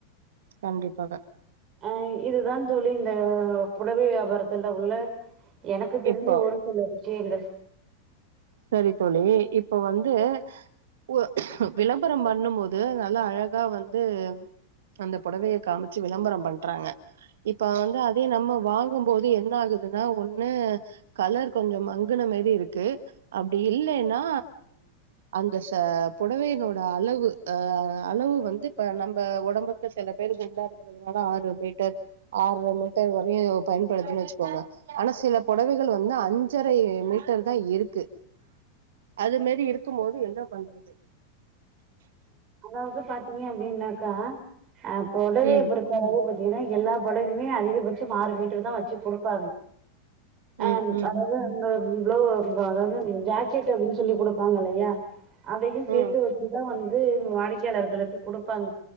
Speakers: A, on the right; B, on the right.
A: கண்டிப்பாக
B: அ இதுதா தோழி இந்த பொடவை வியாபாரத்துல உள்ள எனக்கு தெரிஞ்ச
A: இப்போ
B: ஒரு சில விஷ்யங்கள்
A: சரி தோழி இப்ப வந்து ஓ விளம்பர பண்ணு போது நல்லா அழகா வந்து அந்த பொடவைய காமிச்சு விளம்பர பண்றாங்க இப்ப வந்து அதே நம்ம வாங்கபோது என்ன ஆகு துனா ஒண்ணு கலர் கொஞ்சோ மங்குன மேரி இருக்கு அப்டி இல்லைன்னா அந்த ச பொடவையினோட அளவு அ அள வு வந்து இப்ப நம்ம ஒடம்புக்கு சில பேர் குண்டா இருக்கிறதுனால ஆறு மீட்டர் ஆற்ற மீட்டர் வரு <inaudible> பயன்படுதுன்னு வச்சுக்கோங்க ஆனா சில பொடவைகள் வந்து அஞ்சரை மீட்டர் தா இருக்கு அது மாரி இருக்கு போது ஏன்னா பண்றது
B: அதாவது பாத்தீங்க அப்டின்னாக்கா அ பொடவையா
A: ம்
B: பொறுத்தளவு கொ அதேதா எல்லா பொடவையுமே அதிகபட்ச ஆறு மீட்டர் தா வச்சு குடுப்பாங்க அ
A: ம் ம்
B: அதாவுது அந்த ப்ளெ அதாவுது ஜாக்கெட் அப்டின் சொல்லி குடுப்பாங்க இல்லையா அதையு
A: ம்
B: சேத்து வச்சுதா வந்து வாடிக்கையாளர்களுக்கு குடுப்பாங்க